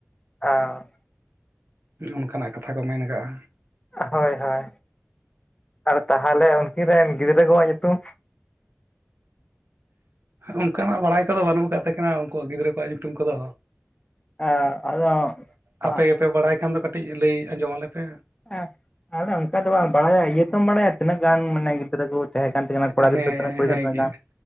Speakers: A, on the left (about 20°); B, on the right (about 50°).
A: ᱟᱻ
B: ᱚᱱᱠᱟᱱᱟᱜ ᱠᱟᱛᱷᱟ ᱠᱚ ᱢᱮᱱ ᱟᱠᱟᱜ-ᱟ᱾
A: ᱦᱳᱭ ᱦᱳᱭ ᱟᱨ ᱛᱟᱦᱚᱞᱮ ᱩᱱᱠᱤᱱ ᱨᱮᱱ ᱜᱤᱫᱽᱨᱟᱹ ᱠᱚᱣᱟᱜ ᱧᱩᱛᱩᱢ᱾
B: ᱚᱱᱠᱟᱱᱟᱜ ᱵᱟᱲᱟᱭ ᱠᱚᱫᱚ ᱵᱟᱹᱱᱩᱜ ᱠᱟᱜ ᱛᱟᱹᱠᱤᱱᱟ ᱩᱱᱠᱩᱣᱟᱜ ᱜᱤᱫᱽᱨᱟᱹ ᱠᱚᱣᱟᱜ ᱧᱩᱛᱩᱢ ᱠᱚᱫᱚ᱾
A: ᱟᱸ, ᱟᱫᱚ ᱟ-
B: ᱟᱯᱮ ᱜᱮᱯᱮ ᱵᱟᱲᱟᱭ ᱠᱷᱟᱱ ᱫᱚ, ᱠᱟᱹᱴᱤᱡ ᱞᱟᱹᱭ ᱟᱸᱡᱚᱢ ᱟᱞᱮ ᱯᱮ᱾
A: ᱮᱸ, ᱟᱞᱮ ᱚᱱᱠᱟᱫᱚ ᱵᱟᱝ ᱵᱟᱲᱟᱭᱟ, ᱤᱭᱟᱹ ᱛᱚᱢ ᱵᱟᱲᱟᱭᱟ ᱛᱤᱱᱟᱹᱜ ᱜᱟᱱ ᱢᱟᱱᱮ ᱜᱤᱫᱽᱨᱟᱹ ᱠᱩ ᱛᱟᱦᱮ ᱠᱟᱱ ᱛᱟᱹᱠᱤᱱᱟ, ᱠᱚᱲᱟ
B: ᱦᱮᱸ
A: ᱜᱤᱫᱽᱨᱟᱹ ᱛᱤᱱᱟᱹᱜ, ᱠᱩᱲᱤ
B: ᱦᱮᱸᱜᱮ
A: ᱜᱤᱫᱽᱨᱟᱹ ᱛᱤᱱᱟᱹᱜ ᱜᱟᱱ᱾